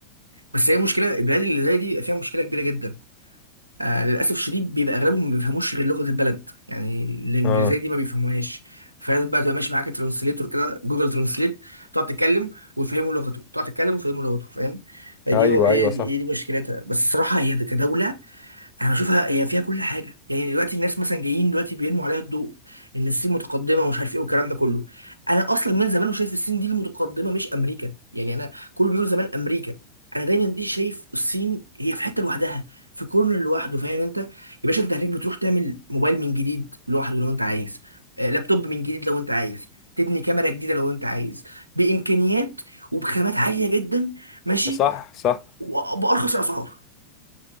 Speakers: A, on the right; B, on the left.
A: بس هي مشكله البلاد اللي زي دي فيها مشكله كبيره جدا آه للأسف شديد بيبقى أغلبهم ما بيفهموش غير لغة البلد يعني الإنجليزية
B: اه
A: دي ما بيفهموهاش فلازم بقى تبقى ماشي معاك ترانسليتور كده جوجل ترانسليت تقعد تتكلم ويفهموا لغته تقعد تتكلم ويفهموا لغته فاهم فدي
B: ايوه
A: هي
B: ايوه
A: دي,
B: صح
A: هي دي مشكلتها بس الصراحة هي كدولة انا بشوفها هي فيها كل حاجه يعني دلوقتي الناس مثلا جايين دلوقتي بيرموا عليها الضوء ان الصين متقدمه ومش عارف ايه والكلام ده كله انا اصلا من زمان وشايف الصين دي المتقدمه مش امريكا يعني انا كله بيقول زمان امريكا انا دايما دي شايف الصين هي في حته لوحدها في كورنر لوحده فاهم انت يا باشا انت هناك بتروح تعمل موبايل من جديد لوحده لو انت عايز آه، لابتوب من جديد لو انت عايز تبني كاميرا جديده لو انت عايز بامكانيات وبخامات عاليه جدا ماشي
B: صح صح
A: وبارخص اسعار